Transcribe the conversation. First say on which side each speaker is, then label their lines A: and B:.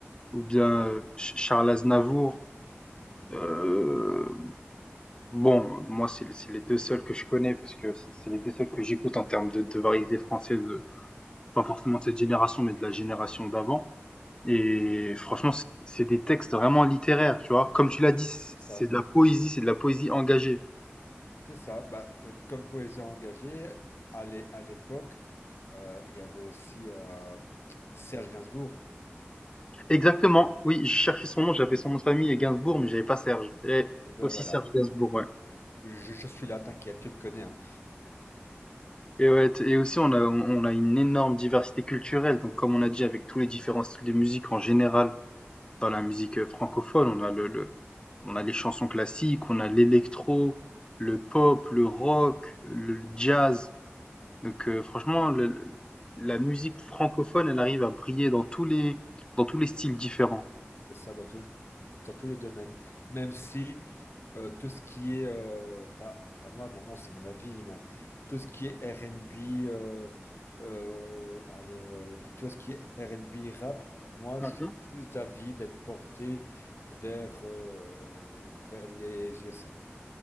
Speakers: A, on the left (about 20°); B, on the left (about 65°).
A: ou bien
B: Ouais.
A: euh, Ch- Charles Aznavour.
B: Mhm.
A: Euh, bon, moi, c'est les c'est les deux seuls que je connais parce que c'est c'est les deux seuls que j'écoute en termes de, de variété française, euh, pas forcément de cette génération, mais de la génération d'avant. Et franchement, c'est c'est des textes vraiment littéraires, tu vois. Comme tu l'as dit, c'est
B: C'est ça.
A: c'est de la poésie, c'est de la poésie engagée.
B: C'est ça. Bah, euh, comme poésie engagée, à l'é- à l'époque, euh, il y avait aussi euh, Serge Gainsbourg.
A: Exactement, oui, je cherchais son nom, j'avais son nom de famille et Gainsbourg, mais j'avais pas Serge. Et
B: Et ben
A: aussi
B: voilà.
A: Serge Gainsbourg, ouais.
B: Je, je suis là, t'inquiète, tu me connais. hein.
A: Et ouais, t- et aussi on a on a une énorme diversité culturelle. Donc comme on a dit avec tous les différents styles de musique en général, dans la musique euh, francophone, on a le, le- on a les chansons classiques, on a l'électro, le pop, le rock, le jazz. Donc euh, franchement, le- le- la musique francophone, elle arrive à briller dans tous les dans tous les styles différents.
B: C'est ça dans tout, le- dans tous les domaines. Même si euh, tout ce qui est, euh, pas- enfin moi maintenant c'est mon avis, mais tout ce qui est R&B, euh, euh, allez, euh, tout ce qui est R&B rap, moi
A: Mm.
B: je suis plus d'avis d'être porté vers euh, vers les USA.